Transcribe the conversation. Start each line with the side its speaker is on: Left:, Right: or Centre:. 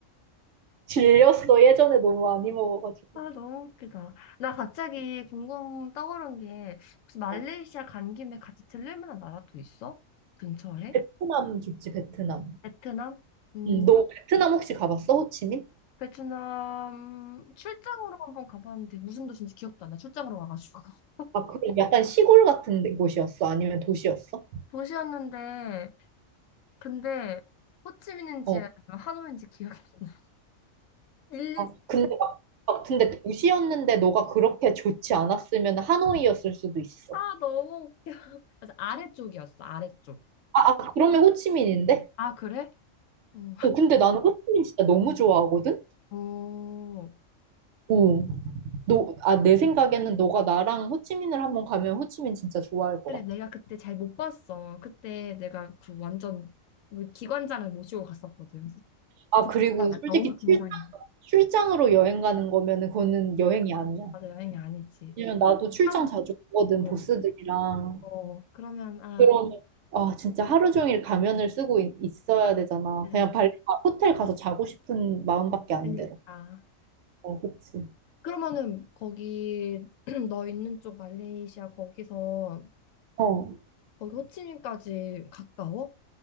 Right: 질렸어. 예전에 너무 많이 먹어가지고.
Left: 아, 너무 웃기다. 나 갑자기 궁금 떠오른 게, 혹시 말레이시아
Right: 그래서
Left: 간 김에 같이 들릴 만한 나라도 있어? 근처에?
Right: 베트남 좋지, 베트남.
Left: 베트남? 음,
Right: 음, 너 베트남 혹시 가봤어? 호치민?
Left: 베트남 출장으로 한번 가봤는데, 무슨 도시인지 기억도 안 나. 출장으로 와가지고. <laughs>
Right: 아, 그럼 약간 시골 같은 데- 곳이었어? 아니면 도시였어?
Left: 도시였는데, 근데, 호치민인지
Right: 어.
Left: 아니면 하노이인지 기억이 <laughs> 일리
Right: 아, 근데
Left: 진짜.
Right: 막, 막 근데 도시였는데 너가 그렇게 좋지 않았으면 하노이였을 수도 있어.
Left: 아, 너무 웃겨. 맞아, 아래쪽이었어, 아래쪽.
Right: 아, 아 그러면 호치민인데?
Left: 아, 그래? 어.
Right: 어, 근데 나는 호치민 진짜 너무 좋아하거든?
Left: 오.
Right: 오 너, 아, 내 생각에는 너가 나랑 호치민을 한번 가면 호치민 진짜 좋아할 것
Left: 그래,
Right: 같아.
Left: 내가 그때 잘 못 봤어. 그때 내가 그 완전 우리 기관장을 모시고 갔었거든. 그래서
Right: 아,
Left: 그때
Right: 그리고 솔직히
Left: 너무 긴장했어.
Right: 출장, 출장으로 여행 가는 거면은 그거는 여행이 아니야.
Left: 맞아, 여행이 아니지.
Right: 왜냐면 나도 출장
Left: 참,
Right: 자주 가거든,
Left: 뭐,
Right: 보스들이랑.
Left: 어, 그러면, 아,
Right: 그러면 아 진짜 하루 종일 가면을 쓰고 있, 있어야 되잖아.
Left: 네,
Right: 그냥 발 아, 호텔 가서 자고 싶은 마음밖에 안
Left: 그러니까.
Right: 들어. 어, 그치.
Left: 그러면은 거기 <clears throat> 너 있는 쪽 말레이시아 거기서
Right: 어,
Left: 거기 호치민까지 가까워?